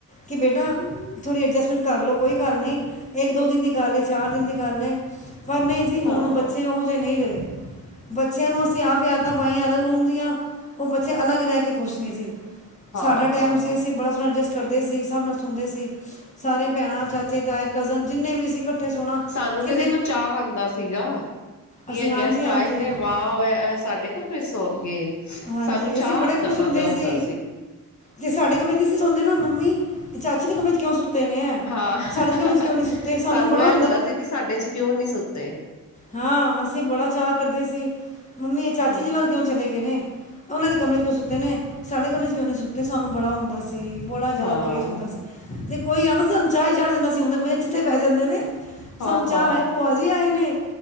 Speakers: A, on the left; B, on the left.
A: ਕਿ ਬੇਟਾ- ਥੋੜ੍ਹੀ ਅਡਜਸਟਮੈਂਟ ਕਰ ਲਓ ਕੋਈ ਗੱਲ ਨਹੀਂ ਇੱਕ ਦੋ ਦਿਨ ਦੀ ਗੱਲ ਹੈ ਚਾਰ ਦਿਨ ਦੀ ਗੱਲ ਏ ਪਰ ਨਹੀਂ ਸੀ ਹੁਣ
B: ਹਾਂ
A: ਬੱਚੇ ਉਹੋ ਜਿਹੇ ਨਹੀਂ ਰਹੇ। ਬੱਚਿਆਂ ਨੂੰ ਅਸੀਂ ਆਪ ਹੀ ਆਦਤਾਂ ਪਾਈਆਂ ਅਲੱਗ ਰੂਮ ਦੀਆਂ ਉਹ ਬੱਚੇ ਅਲੱਗ ਰਹਿ ਕੇ ਖੁਸ਼ ਨੇ ਜੀ।
B: ਹਾਂ
A: ਸਾਡਾ
B: ਹਾਂ
A: ਟਾਈਮ ਸੀ ਅਸੀਂ ਬੜਾ ਸੋਹਣਾ ਅਰਜਟ- ਕਰਦੇ ਸੀ ਹਿਸਾਬ ਨਾਲ ਸੁਣਦੇ ਸੀ ਸਾਰੇ ਭੈਣਾਂ ਚਾਚੇ ਤਾਏ ਕਜ਼ਨ ਜਿੰਨੇ ਵੀ ਸੀ ਇਕੱਠੇ ਸੋਣਾ
B: ਸਾਨੂੰ
A: ਕਿੰਨੇ
B: ਤੇ ਦੇਖੋ ਚਾਵ ਆਂਦਾ ਸੀਗਾ। ਕੀ
A: ਅਸੀਂ
B: ਇਹ
A: ਹਾਂਜੀ
B: ਗੈਸਟ
A: ਹਾਂਜੀ
B: ਆਏ ਨੇ ਵਾਹ ਇਹ ਸਾਡੇ ਕਮਰੇ ਸੌਣਗੇ।
A: ਹਾਂਜੀ
B: ਸਾਨੂੰ
A: ਅਸੀਂ
B: ਚਾਅ
A: ਬੜੇ
B: ਆਂਦਾ
A: ਖੁਸ਼ ਹੁੰਦੇ
B: ਆਂਦਾ ਹੁੰਦਾ
A: ਸੀ ਤੇੇ ਸਾਡੇ- ਦੀ ਸੀ ਸੁਣਦੇ ਨਾ ਮੰਮੀ ਚਾਚੀ ਦੇ ਕਮਰੇ ਚ ਕਿਉਂ? ਸੁੱਤੇ ਨੇ
B: ਹਾਂ
A: ਸਾਡੇ ਦੇ ਕਮਰੇ 'ਚ ਕਿਉਂ ਨਹੀਂ ਸੁੱਤੇ
B: ਸਾਨੂੰ
A: ਬੜਾ
B: ਇਹ ਹੁੰਦਾ ਸੀ ਕਿ ਸਾਡੇ ਚ ਕਿਉਂ ਨੀ ਸੁੱਤਾ?
A: ਹਾਂ ਅਸੀਂ ਬੜਾ ਚਾਅ ਕਰਦੇ ਸੀ ਮੰਮੀ ਇਹ ਚਾਚੀ
B: ਹਾਂ
A: ਜੀ ਵੱਲ ਕਿਉਂ ਚਲੇ ਗਏ ਨੇ? ਉਹ ਦੇ ਕਮਰੇ ਚ ਕਿਉਂ ਸੁੱਤੇ ਨੇ ਸਾਡੇ ਕਮਰੇ ਚ ਕਿਉਂ ਨਹੀਂ ਸੁੱਤੇ ਸਾਨੂੰ ਬੜਾ ਹੁੰਦਾ ਸੀ। ਅਤੇ ਬੜਾ ਜ਼ਿਆਦਾ
B: ਹਾਂ
A: ਕਰੇਜ਼ ਹੁੰਦਾ ਸੀ ਅਤੇ ਕੋਈ ਆਨ ਚਾਹ ਚਾੜ੍ਹ ਜਾਂਦਾ ਸੀ ਹਦੇ ਬ ਜੇ ਚਿੱਥੇ ਪੈ ਜਾਂਦੇ ਨੇ
B: ਹਾਂ
A: ਸਾਨੂੰ ਚਾਹ
B: ਹਾਂ
A: ਹੈ ਭੂਆ ਜੀ ਆਏ ਨੇ